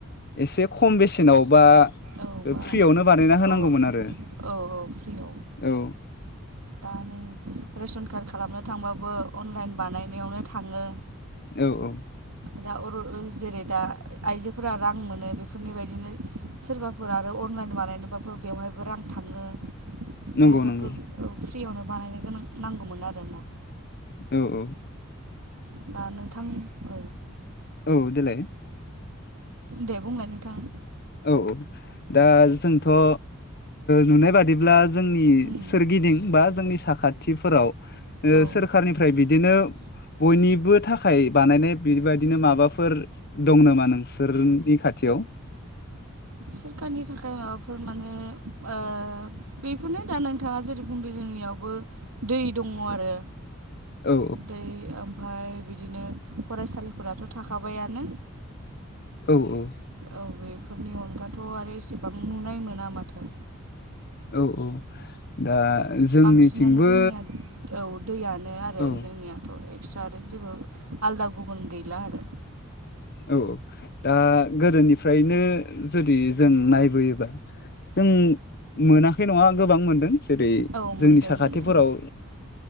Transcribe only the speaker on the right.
औ बा
औ
औ औ फ्रिआव
दा नों रेसन कार्ड खालामनो थांबाबो अनलाइन बानायनायावनो थाङो।
दा अरु जेरै दा आइजोफोरा रां मोनो बेफोरनि बायदिनो सोरबाफोर आरो अ लाइन बानायनोबाबो बेवहायबो रां थाङो दा
बेफोरखौ
फ्रियावनो बानायनो गोनां नांगौमोन आरोना।
दा नोंथां औ
दे बुंलाय नोंथां।
उम
औ
सोरखारनि थाखाय माबाफोर माने ओ बैफोरनो दा नोंथाङा जेरै बुंदों जोंनियाव बो दै दङ आरो
दै ओमफाय बिदिनो फरायसालिफोराथ' थाखाबायानो।
औ बेफोरनि अनगाथ' आरो इसेबां नुनाय मोना माथो।
बांसिनानो जोंनिया औ दैयानो आरो
जोंनियाथ एक्सट्रा आरो जेबो आलदा गुबुन गैला आरो।
औ
मोनदों
मोनदों